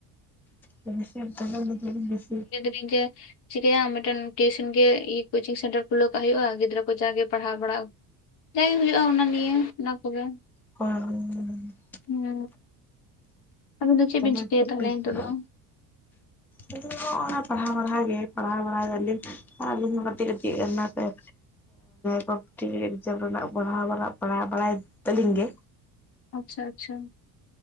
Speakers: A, in the centre; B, on the left (about 75°).
A: ᱴᱟᱲᱤ ᱥᱮᱫ ᱵᱚᱞᱚᱜ ᱫᱚ ᱵᱮᱥᱤ
B: ᱤᱧ ᱡᱮ ᱪᱤᱠᱟᱭᱟᱢ ᱢᱤᱫᱴᱮᱱ ᱴᱤᱭᱩᱥᱚᱱ ᱜᱮ ᱤ ᱠᱚᱪᱤᱝ ᱥᱮᱱᱴᱟᱨ ᱠᱷᱩᱞᱟᱹ ᱠᱟᱜ ᱦᱩᱭᱩᱜᱼᱟ ᱜᱤᱫᱽᱨᱟᱹ ᱠᱚ ᱡᱟᱜᱮ ᱯᱟᱲᱦᱟᱣ ᱵᱟᱲᱟᱜ ᱡᱟᱭ ᱦᱩᱭᱩᱜᱼᱟ ᱚᱱᱟ ᱱᱤᱭᱮ ᱚᱱᱟ ᱠᱚᱜᱮ᱾
A: <unintelligible>
B: ᱦᱩᱸ ᱟᱹᱵᱤᱱ ᱫᱚ ᱪᱮᱫ
A: ᱦᱳᱭ
B: ᱵᱤᱱ ᱪᱤᱠᱟᱹᱭᱟ ᱛᱟᱦᱚᱞᱮ
A: ᱦᱳᱭ
B: ᱱᱤᱛᱚᱜ ᱫᱚ?
A: <unintelligible> ᱯᱟᱲᱦᱟᱣ ᱜᱮ ᱯᱟᱲᱦᱟᱣ ᱵᱟᱲᱟᱭ ᱫᱟᱞᱤᱧ᱾ ᱦᱚᱸ ᱟᱞᱤᱧ ᱦᱚᱸ ᱠᱟᱹᱴᱤᱡ ᱮᱢᱟ ᱠᱟᱭ ᱠᱚᱢᱯᱤᱴ ᱮᱠᱡᱟᱢ ᱨᱮᱱᱟᱜ ᱯᱟᱲᱦᱟᱣ ᱵᱟᱲᱟᱜ ᱯᱟᱲᱦᱟᱣ ᱵᱟᱲᱟᱭ ᱛᱟᱹᱞᱤᱧ ᱜᱮ᱾
B: ᱟᱪᱪᱷᱟ ᱟᱪᱪᱷᱟ᱾